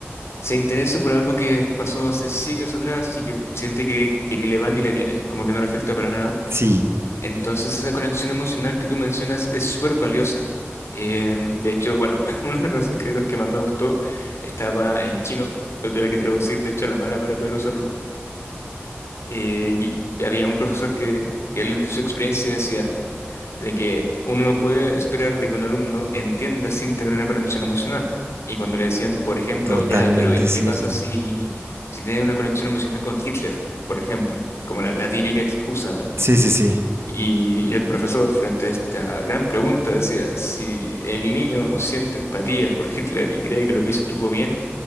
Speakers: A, on the left (about 80°); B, on the right (about 70°).
A: se interese por algo que pasó hace siglos atrás y que siente que, que ni le va ni le viene, como que no le afecta para nada.
B: Sí,
A: Entonces esa conexión emocional que tú mencionas es súper valiosa. Eh, de hecho, bueno, <laughs> uno de los escritos que más me gustó estaba en chino, lo tuve que traducir, de hecho, a la mala para poder usarlo. Eh, y había un profesor que, que él de su experiencia decía de que uno no puede esperar de que un alumno entienda sin tener una conexión emocional. Y cuando le decían, por ejemplo,
B: totalmente
A: ya, pero ¿y qué
B: cierto.
A: pasa si, si tiene una conexión emocional con Hitler, por ejemplo? Como la, la típica excusa.
B: Sí, sí, sí.
A: Y, y el profesor, frente a esta gran pregunta, decía, si el niño siente empatía por Hitler y cree que lo que hizo estuvo bien,